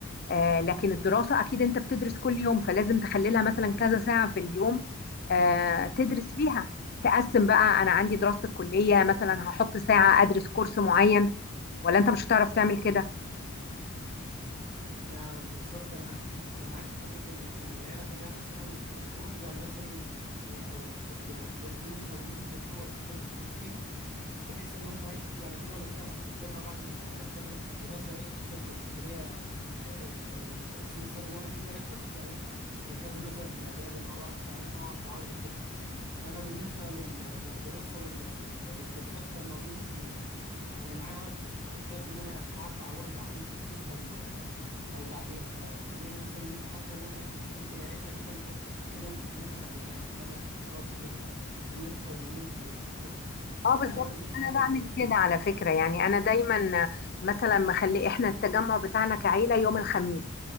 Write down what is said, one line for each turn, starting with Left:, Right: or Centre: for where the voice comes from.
Left: آه، لكن الدراسه اكيد انت بتدرس كل يوم فلازم تخلي لها مثلا كذا ساعه في اليوم آه، تدرس فيها تقسم بقى انا عندي دراسه الكليه مثلا هحط ساعه ادرس كورس معين ولا انت مش هتعرف تعمل كده
Right: انا بالظبط انا انا معاك في حته ان ان العيله خلاها مثلا اسبوع يعني مثلا آه، او يعني في يوم او يومين في الاسبوع واشوفهم فيهم بحيث ان هم ايه يعني كده ولا كده هنتجمع بعد ما ال- فتره الدراسه ايه تخلص اللي هي آه، آه، السمستر اللي انا فيه ده يخلص فايه هنتقابل مثلا في الاجازه مع بعض فانا هعرف اعوض الحته دي اما بالنسبه لل- للدراسه وال- وال- والكورسات فما اظنش ان آه، انا معايا وقت كافي ان انا هعرف اعوضه بعدين في الصيف او آه، او بعدين فخلينا مثلا نمشي واحده ان انا ايه حته العيله كده انا شاف- شفت ان أنا- ان احنا حليناها ان انا خلاص خليتها يوم او يومين في الاسبوع
Left: اه
Right: آه،
Left: بالظبط
Right: اما بالنسبه
Left: انا
Right: لل
Left: بعمل كده على فكره يعني انا دايما مثلا مخلي احنا التجمع بتاعنا كعيله يوم الخميس